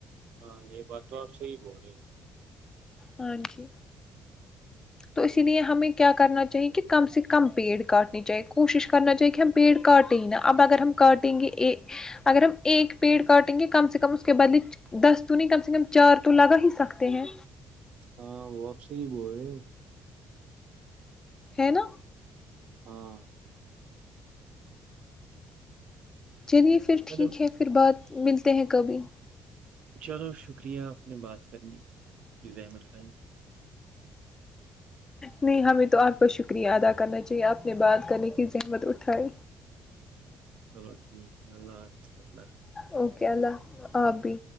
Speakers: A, on the right; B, on the left.
A: ہاں یہ بات تو آپ صحی بول رہے ہو
B: ہاں جی تو اسی لیے ہمیں کیا کرنا چاہیے کہ کم سے کم پیڑ کاٹنے چاہیے کوشش کرنا چاہیے کہ ہم پیڑ کاٹیں ہی نا اب اگر ہم کاٹیں گے اگر ہم ایک پیڑ کاٹیں گے کم سے کم اس کے بدلے دس تو نہیں کم سے کم چار تو لگا ہی سکتے ہیں
A: ہاں وہ آپ سے ہی بول رہے ہو
B: ہے نا
A: ہاں
B: چلیے پھر ٹھیک
A: چلو
B: ہے پھر بعات ملتے ہیں کبھی
A: چلو شکریہ آپ نے بات کرنے کی زحمت اٹھائی گا
B: نہیں ہمیں تو آپ کا شکریہ ادا کرنا چاہیے آپ نے بات کرنے کی زحمت اٹھائی
A: چلو ٹھیک ہے اللہ حافظ ص
B: اوکے اللہ آابی